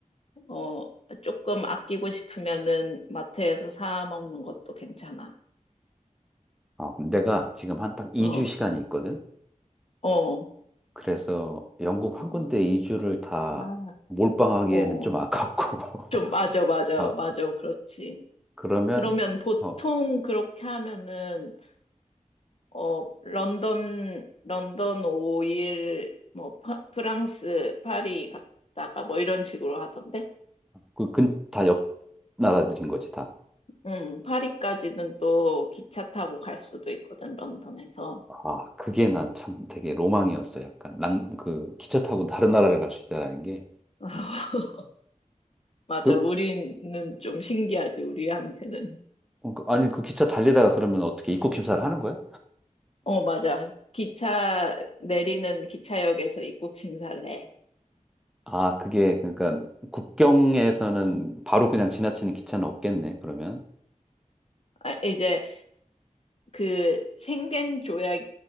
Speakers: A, on the left; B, in the centre.
A: 어 조금 아끼고 싶으면은 마트에서 사 먹는 것도 괜찮아.
B: 어, 내가 지금 한 딱 2주
A: 어,
B: 시간이 있거든.
A: 어,
B: 그래서 영국
A: 어,
B: 한 군데 2주를 다
A: 아,
B: 몰빵하기에는
A: 어.
B: 좀 아깝고.
A: 좀,
B: <laughs>
A: 맞아, 맞아,
B: 아,
A: 맞아. 그렇지.
B: 그러면
A: 그러면 보통
B: 어,
A: 그렇게 하면은, 어, 런던, 런던 5일, 뭐, 파- 프랑스, 파리 갔다가 뭐 이런 식으로 하던데?
B: 그 근 다 옆 나라들인 거지 다.
A: 음, 파리까지는 또 기차 타고 갈 수도 있거든, 런던에서.
B: 아, 그게 난 참 되게 로망이었어. 약간 낭, 그 기차 타고 다른 나라를 갈 수 있다라는 게.
A: <laughs> 맞아,
B: 그
A: 우리는 좀 신기하지, 우리한테는.
B: 어, 그- 아니 그 기차 달리다가 그러면 어떻게 입국 심사를 하는 거야?
A: 어, 맞아. 기차 내리는 기차역에서 입국 심사를 해.
B: 아, 그게 그러니까 국경에서는 바로 그냥 지나치는 기차는 없겠네. 그러면.
A: 아, 이제 그 schengen 조약